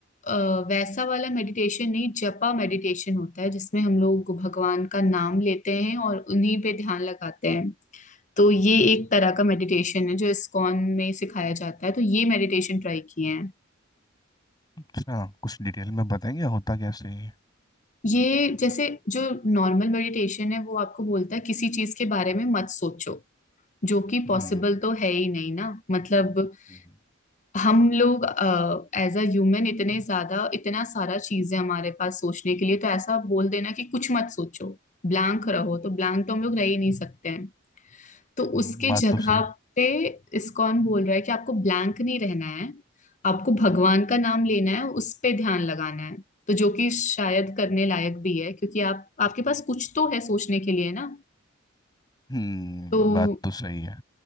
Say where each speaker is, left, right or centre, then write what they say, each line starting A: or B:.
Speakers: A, on the left; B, on the left.
A: अ, वैसा वाला मेडिटेशन नहीं जपा मेडिटेशन होता है जिसमें हम लोग भगवान का नाम लेते हैं और उन्हीं पे ध्यान लगाते हैं तो ये एक तरह का मेडिटेशन है जो इस्कॉन में सिखाया जाता है तो ये मेडिटेशन ट्राई किए हैं
B: अच्छा कुछ डिटेल में बताएंगे होता कैसे है
A: ये जैसे जो नॉर्मल मेडिटेशन है वो आपको बोलता है किसी चीज के बारे में मत सोचो जो कि पॉसिबल
B: हम्म
A: तो है ही नहीं ना मतलब
B: हम्म,
A: हम लोग एज अ ह्यूमन इतने ज्यादा इतना सारा चीज है हमारे पास सोचने के लिए तो ऐसा बोल देना कि कुछ मत सोचो ब्लैंक रहो तो ब्लैंक तो हम लोग रह ही नहीं सकते हैं तो
B: हम्म,
A: उसके
B: बात
A: जगह
B: तो सही है
A: पे इस्कॉन बोल रहा है कि आपको ब्लैंक नहीं रहना है आपको भगवान का नाम लेना है उस पे ध्यान लगाना है तो जो कि शायद करने लायक भी है क्योंकि आप आपके पास कुछ तो है सोचने के लिए ना
B: हम्म
A: तो
B: बात तो सही है